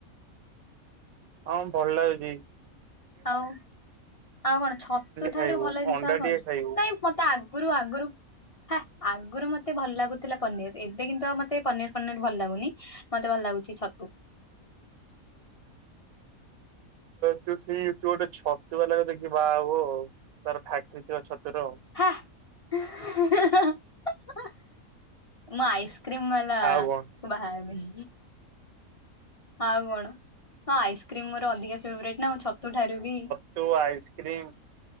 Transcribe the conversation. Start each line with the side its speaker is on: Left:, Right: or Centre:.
Right: ହଁ ଭଲ ଲାଗୁଚି।
Left: ଆଉ କଣ ଛତୁ ଠାରୁ
Right: ଖାଇବୁ
Left: ଭଲ ଜିନିଷ
Right: ଅଣ୍ଡା
Left: ଆଉ କଣ
Right: ଟିକେ
Left: ଅଛି
Right: ଖାଇବୁ
Left: ନାଇଁ ମୁଁ ତା ଆଗୁରୁ ଆଗୁରୁ। ହାଁ ଆଗରୁ ମତେ ଭଲ ଲାଗୁଥିଲା ପନିର ଏବେ କିନ୍ତୁ ମତେ ପନିର ଫନିର ଭଲ ଲାଗୁନି। ମତେ ଭଲ ଲାଗୁଛି ଛତୁ।
Right: ତୁ ସେଇ ତୁ ଗୋଟେ ଛତୁ ବାଲା କୁ ଦେଖିକି ବାହାହବୁ ଆଉ ତାର ଫାକ୍ଟ୍ରି ଥିବ ଛତୁର।
Left: ହାଁ <unintelligible> ମୁଁ ଆଇସ୍କ୍ରିମ୍ ବାଲା
Right: ଆଉ କଣ
Left: ବାହା ହେବି। ଆଉ କଣ ହଁ ଆଇସ୍କ୍ରିମ ମୋର ଅଧିକା ଫେବରାଇଟ ନା ଛତୁ ଠାରୁ ବି।
Right: ତୋ ଆଇସ୍କ୍ରିମ୍।